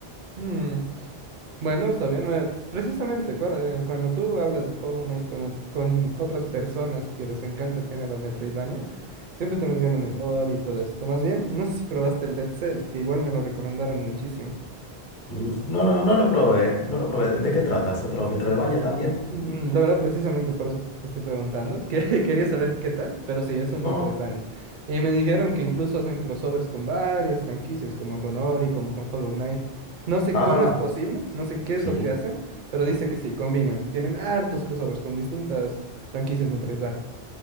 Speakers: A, on the right; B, on the left.
A: Hmm. Bueno, está bien. eh, precisamente cua- eh, cuando, tú hablas de Hollow Knight con, ot- con otras personas que les encanta el género Metroidvania, siempre te mencionan el Ori y todo esto. Más bien, no sé si probaste el Dead Cells, que igual me lo recomendaron muchísimo.
B: Mm, No, no, no lo probé, no lo probé. ¿De qué tratas? ¿Otro Metroidvania también?
A: Mm, La verdad, precisamente por eso te estoy preguntando, que <laughs> quería saber qué tal, pero sí, es un
B: No.
A: Metroidvania. Y me dijeron que incluso hacen crossovers con varias franquicias, como con Ori, como con Hollow Knight. No sé
B: Ah,
A: cómo es posible, no sé qué
B: sí.
A: es lo que hacen, pero dice que sí, combinan. Tienen hartos crossovers con distintas franquicias Metroidvania.